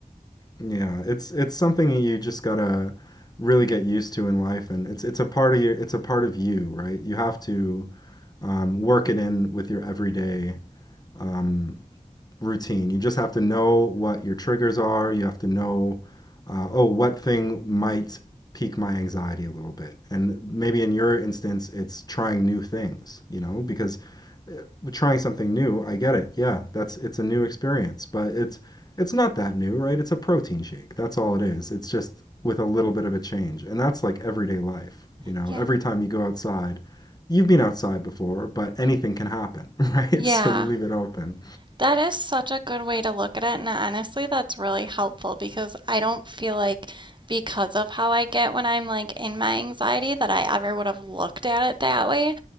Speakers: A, on the left; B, on the right.
A: Yeah, it's it's something you just gotta really get used to in life, and it's it's a part of your it's a part of you, right? You have to um, work it in with your everyday um, routine. You just have to know what your triggers are. You have to know, uh, oh, what thing might pique my anxiety a little bit, and maybe in your instance, it's trying new things, you know, because trying something new. I get it. Yeah, that's it's a new experience, but it's it's not that new, right? It's a protein shake. That's all it is. It's just with a little bit of a change. And that's like everyday life, you know.
B: Yeah.
A: Every time you go outside, you've been outside before, but anything can happen, <laughs> right?
B: Yeah.
A: So you leave it open.
B: That is such a good way to look at it. And honestly, that's really helpful because I don't feel like because of how I get when I'm like in my anxiety that I ever would have looked at it that way.